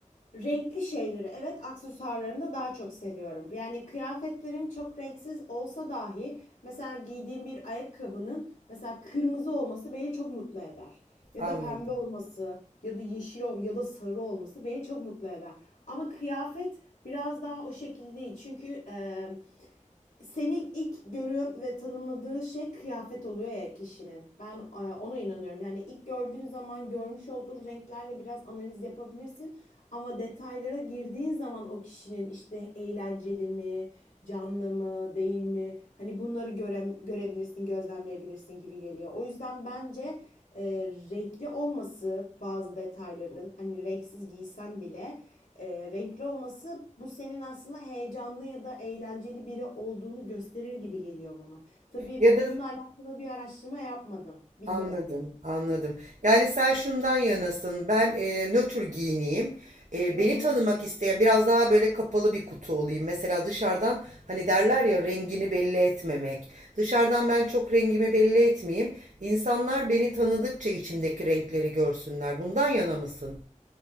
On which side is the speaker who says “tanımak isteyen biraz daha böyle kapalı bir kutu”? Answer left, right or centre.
Right